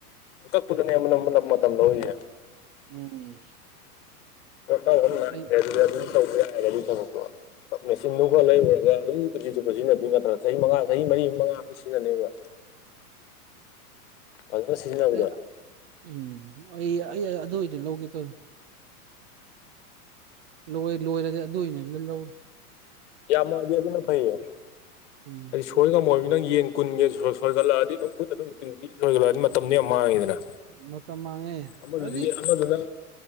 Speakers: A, on the left (about 50°); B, on the right (about 40°).
A: ꯐꯨ ꯃꯗꯦ
B: ꯎꯝ
A: ꯇꯧꯕ
B: ꯑꯩ
A: ꯦ ꯑꯗꯨꯗꯤ ꯑꯗꯨꯝ ꯇꯧꯕ ꯌꯥ ꯍꯥꯏꯔꯦ ꯑꯗꯨ ꯇꯛꯄꯣ ꯃꯦꯆꯤꯟꯗꯨ ꯈꯔ ꯂꯩꯔꯨꯔꯒ ꯑꯗꯨꯝ ꯆꯨꯞꯁꯤ ꯆꯨꯞꯄ ꯁꯤꯖꯤꯟꯅꯗꯣꯏ ꯅꯠꯇ꯭ꯔ ꯆꯍꯤ ꯃꯉꯥ ꯆꯍꯤ ꯃꯔꯤ ꯃꯉꯥ ꯑꯝꯇ ꯁꯤꯖꯤꯟꯅꯅꯦꯕ
B: <unintelligible> <inaudible>
A: ꯐꯖꯅ ꯁꯤꯖꯤꯟꯅꯕꯗ
B: ꯑꯩ ꯎꯝ ꯑꯩ ꯑꯩ ꯑꯗꯨ ꯑꯣꯏꯗꯤ ꯂꯧꯒꯦ ꯇꯧꯔꯤ ꯂꯣꯏ ꯂꯣꯏꯔꯗꯤ ꯑꯗꯨꯏꯅꯦ ꯑꯗꯨ ꯂꯧꯅꯤ
A: ꯌꯥꯝꯃꯗꯤꯦ ꯑꯗꯨꯅ ꯐꯩꯌꯦ
B: ꯎꯝ
A: ꯍꯥꯏꯗꯤ ꯁꯣꯏꯅ ꯉꯝꯃꯣꯏ ꯅꯪ ꯌꯦꯟ ꯀꯨꯟꯒꯤ ꯁꯣꯏꯒꯠꯂꯛꯑꯗꯤ ꯑꯗꯨꯝ ꯈꯨꯠꯠꯇ ꯑꯗꯨꯝꯤ ꯁꯣꯏꯒꯠꯂꯛꯑꯗꯤ ꯃꯇꯝꯗꯨꯣ ꯌꯥꯝ ꯃꯥꯡꯉꯤꯗꯅ
B: ꯃꯇꯝ ꯃꯥꯡꯉꯦ
A: ꯑꯃꯗꯨꯗꯤ
B: ꯑꯗꯨꯗꯤ
A: ꯑꯃꯗꯨꯅ